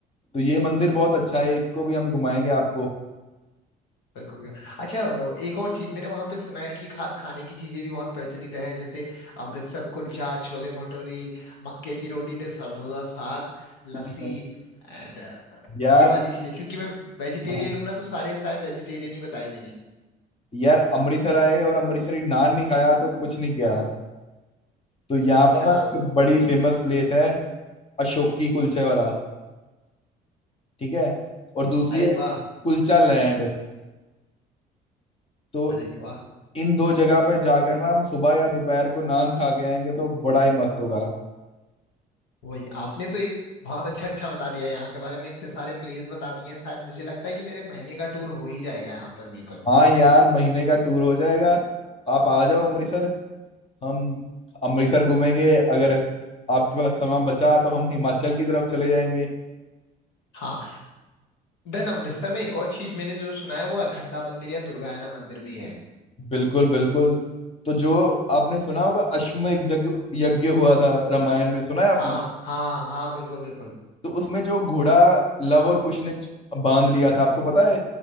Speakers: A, on the left; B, on the left.
A: तो ये मंदिर बहुत अच्छा है इसको भी हम घुमाएंगे आपको
B: बिल्कुल बिल्कुल। अच्छा वो एक और चीज मैंने वहां पे सुना है कि खास खाने की चीजें भी बहुत प्रचलित हैं जैसे अमृतसर कुलचा छोले भटूरी मक्के दी रोटी ते सरदोजा साग लस्सी
A: बिल्कुल
B: एंड
A: यार
B: ये वाली चीजें क्योंकि मैं वेजिटेरियन
A: हाँ।
B: हूं ना तो सारे शायद वेजिटेरियन ही बताए मैंने
A: यार अमृतसर आए और अमृतसरी नान नहीं खाया तो कुछ नहीं किया तो यहाँ
B: अच्छा
A: पर ना एक बड़ी फेमस प्लेस है अशोक की कुलचे वाला ठीक है और दूसरी
B: अरे
A: है
B: वाह
A: कुलचा लैंड तो
B: अरे वाह
A: इन दो जगह पे जाकर ना हम सुबह या दोपहर को नान खा के आएंगे तो बड़ा ही मस्त होगा
B: वही आपने तो एक बहुत अच्छा अच्छा बता दिया यहाँ के बारे में इतने सारे प्लेस बता दिए हैं शायद मुझे लगता है कि मेरे महीने का टूर हो ही जाएगा यहाँ पर बिल्कुल
A: हाँ यार महीने का टूर हो जाएगा आप आ जाओ अमृतसर हम अमृतसर घूमेंगे अगर आपके पास समय बचा तो हम हिमाचल की तरफ चले जाएंगे
B: हाँ। देन अमृतसर में एक और चीज मैंने जो सुना है वो अखंडा मंदिर या दुर्गायना मंदिर भी है
A: बिल्कुल बिल्कुल तो जो आपने सुना होगा अश्वमेध यज्ञ यज्ञ हुआ था रामायण में सुना है आपने
B: हाँ हाँ हाँ बिल्कुल बिल्कुल
A: तो उसमें जो घोड़ा लव और कुश ने बांध लिया था आपको पता है